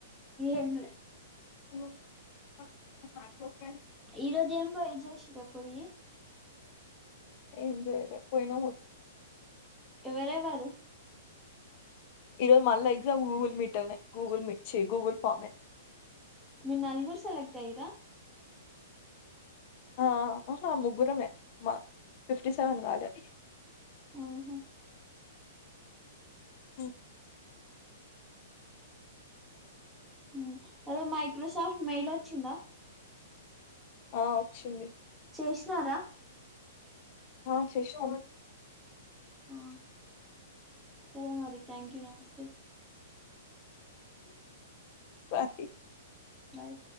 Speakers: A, in the centre; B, on the left.
A: ఎంలే
B: ఓ
A: ఈ రోజు ఏం పోయి చేసిరా పోయి
B: ఏం జెలేకపోయిన
A: ఎవరే వారు
B: ఈరోజు మళ్ళ ఎగ్జామ్ గూగుల్ మీట్ లోనే గూగుల్ మీట్ చి గూగుల్ ఫామే
A: మీరు నలుగురు సెలెక్ట్ అయిరా
B: ఆ అహా ముగ్గురమే మ ఫిఫ్టీ సెవెన్ వ్యలే
A: అవ్ హో
B: ఓ
A: హ్మ్ అఅదే మైక్రోసాఫ్ట్ మెయిల్ వచ్చిందా
B: ఆ వచ్చింది
A: చేసినారా
B: ఆ చేసినాం
A: ఆ సరే మరి థ్యాంక్ యూ నమస్తే
B: బాయ్
A: బాయ్